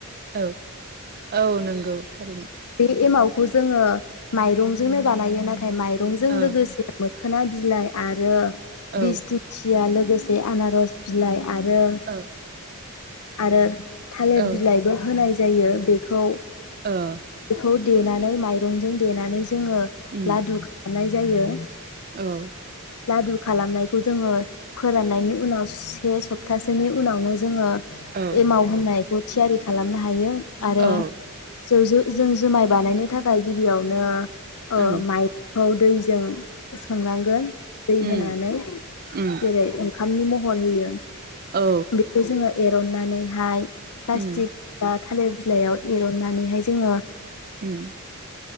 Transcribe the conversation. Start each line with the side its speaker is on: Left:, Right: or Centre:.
Right: औ औ नंगौ थारैनो।
Left: बे एमावखौ जोङो माइरंजोंनो बानायो नाथ नाथाय माइरंजों
Right: औ
Left: लोगोसे मो खोना बिलाइ आरो
Right: औ
Left: बिस दिंखिया लो लोगोसे आनारस बिलाइ आरो
Right: औ
Left: आरो थालिर
Right: औ
Left: बिलाइबो होनाय जायो बेखौ
Right: ओ।
Left: बेखौ देनानै माइरंजों देनानै जोङो
Right: उम
Left: लादु रायनाय जायो।
Right: औ
Left: लादु खालामनायखौ जोङो फोराननायनि उनाव से सप्तासेनि उनावनो जोङो
Right: औ
Left: एमावहोनाय थियारि खालामनो हायो। आरो
Right: औ ओं
Left: जों जो-जों जुमाय बानायनो थाखाय गिबियावनो ओम
Right: उम
Left: माइ दैजों संनांगोन दै होनानै,
Right: उम उम
Left: जेरै ओंखामनि महर होयो
Right: औ
Left: बेखौ जोङो एरन्नानैहाय प्लाटक
Right: उम
Left: बा थालिर बिलाइयाव एरन्नानैहाय जोङो
Right: उम